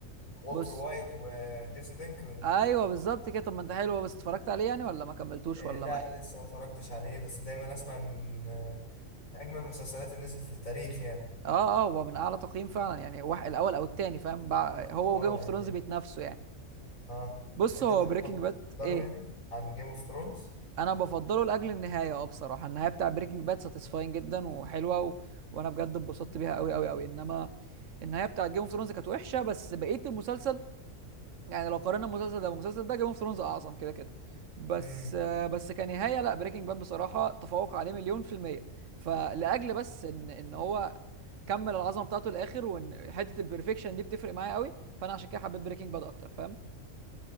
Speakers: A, on the left; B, on the right.
A: والتر
B: بص
A: وايت وجيسي بينكمان
B: ايوه بالظبط كده طب ما انت حلو هو بس اتفرجت عليه يعني ولا ما كملتوش
A: إيه
B: ولا
A: لا
B: ما ايه
A: لسه ما اتفرجتش عليه بس دايما اسمع ان من اجمل المسلسلات اللي نزلت في التاريخ يعني
B: اه اه هو من اعلى تقييم فعلا يعني واحد الاول او التاني فاهم بقى هو
A: اه
B: وجيم اوف
A: يعني
B: ثرونز بيتنافسوا يعني
A: اه
B: بص
A: انت
B: هو
A: بتفضله
B: بريكنج باد ايه
A: يعني عن جيم اوف ثرونز
B: انا بفضله لاجل النهايه اه بصراحه النهايه بتاع بريكنج باد ساتيسفاين جدا وحلوه و... وانا بجد اتبسطت بيها قوي قوي قوي انما النهايه بتاع جيم اوف ثرونز كانت وحشه بس بقيه المسلسل يعني لو قارنا المسلسل ده بالمسلسل ده جيم اوف ثرونز اعظم كده كده بس
A: امم
B: آه، بس كنهايه لا بريكنج باد بصراحه تفوق عليه مليون في الميه فلاجل بس ان ان هو كمل العظمه بتاعته للاخر وان حته البرفكشن دي بتفرق معايا قوي فانا عشان كده حبيت بريكنج باد اكتر فاهم